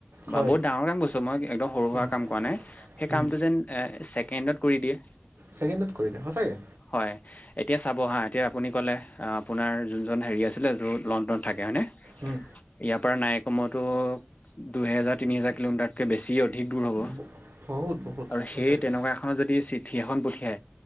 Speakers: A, on the right; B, on the left.
A: হয়
B: বা বহুত ডাঙৰ কাম কৰিছোঁ মই, একদম সৰু'সুৰা
A: উম,
B: কাম কৰা নাই সেই
A: উম,
B: কামটো যেন এ ছেকেণ্ডত কৰি দিয়ে।
A: ছেকেণ্ডত কৰি দিয়ে, সঁচাকে।
B: হয় এতিয়া চাব হা, এতিয়া আপুনি ক'লে আপোনাৰ যোনজন হেৰি আছিলে, য'ত লণ্ডনত থাকে হয়নে?
A: উম।
B: ইয়াৰ পৰা নাই কমেওতো, দুহেজাৰ তিনিহাজাৰ কিলোমিটাৰতকে বেছি অধিক দূৰ হ'ব,
A: ব- বহুত বহুত
B: আৰু
A: সঁচাকে
B: সেই তেনেকুৱা এখনত যদি চিঠি এখন প কে